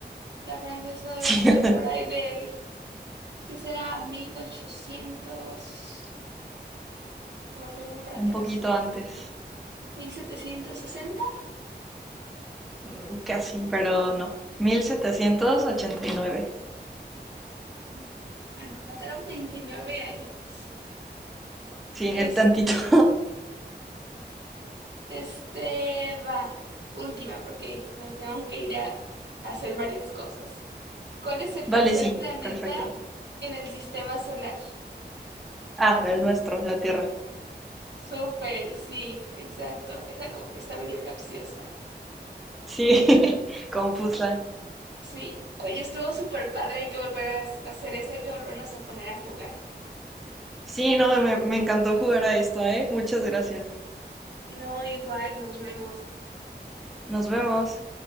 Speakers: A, on the right; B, in the centre.
A: La francesa debe
B: Sí,
A: haber sido
B: <laughs>
A: por ahí del, ¿qué será? mil ochocientos Como fui muy para
B: un
A: atrás.
B: poquito antes,
A: mil setecientos sesenta
B: Mm, casi, pero no. 1789.
A: no, Ah, Bueno, me faltaron 29 años.
B: Sí, el
A: Este,
B: tantito. <laughs>
A: este va. Última, porque me tengo que ir a, a hacer varias cosas. ¿Cuál es el
B: Vale,
A: tercer
B: sí,
A: planeta
B: perfecto.
A: en el sistema solar?
B: Ah, el nuestro, la Tierra.
A: Súper, sí, exacto. Esa como que está medio capciosa.
B: Sí, <laughs> confusa.
A: Sí. Oye, estuvo súper padre. Hay que volver a s- hacer esa. Hay que volvernos a poner a jugar.
B: Sí, no, me, me encantó jugar a esto, ¿eh? Muchas gracias.
A: No, igual, nos vemos.
B: Nos vemos.